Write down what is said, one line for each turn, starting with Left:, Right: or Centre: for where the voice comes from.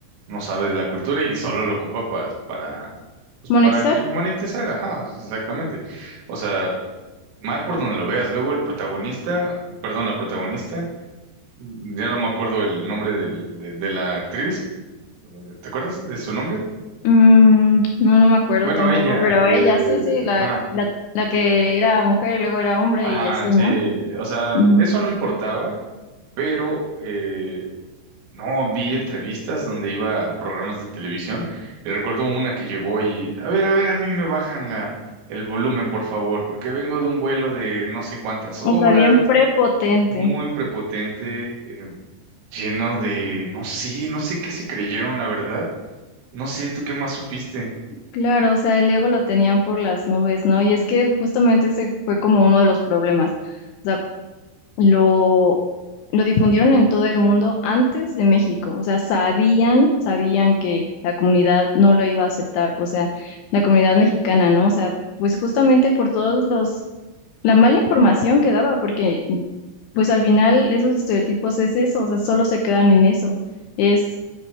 Right: no sabe de la cultura y solo lo ocupa para, para, pues
Left: ¿Monetizar?
Right: para gen- monetizar. Ajá, exactamente. O sea, mal por donde lo veas. Luego el protagonista, perdón, la protagonista. Ya no me acuerdo el nombre del- de, de la actriz. eh, ¿Te acuerdas de su nombre?
Left: Mm, no, no me acuerdo
Right: Bueno,
Left: tampoco,
Right: ella.
Left: pero
Right: eh,
Left: ella sí, sí, la,
Right: ajá.
Left: la, la
Right: la-
Left: que era mujer y luego era hombre
Right: ajá,
Left: y así,
Right: sí.
Left: ¿no?
Right: O sea,
Left: Ujú.
Right: eso no importaba, pero eh, no vi entrevistas donde iba a programas de televisión. Y recuerdo una que llegó y, a ver, a ver, a mí me bajan la, el volumen, por favor, porque vengo de un vuelo de no sé cuántas horas,
Left: O sea, bien prepotente.
Right: muy prepotente, eh, lleno de, no sé, no sé qué se creyeron, la verdad No sé, ¿tú qué más supiste?
Left: Claro, o sea, el ego lo tenían por las nubes, ¿no? Y es que justamente ese fue como uno de los problemas. O sea, lo, lo difundieron en todo el mundo antes de México. O sea, sabían, sabían que la comunidad no lo iba a aceptar. O sea, la comunidad mexicana, ¿no? O sea, pues justamente por todos los la mala información que daba, porque pues al final esos estereotipos es eso, o sea, solo se quedan en eso. Es